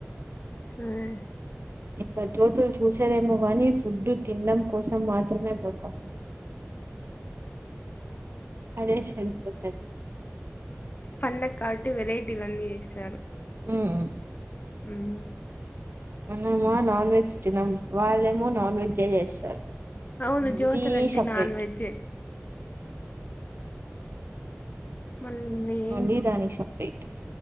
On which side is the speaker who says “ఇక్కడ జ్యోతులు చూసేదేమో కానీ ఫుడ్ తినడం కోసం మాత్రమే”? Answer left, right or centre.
Right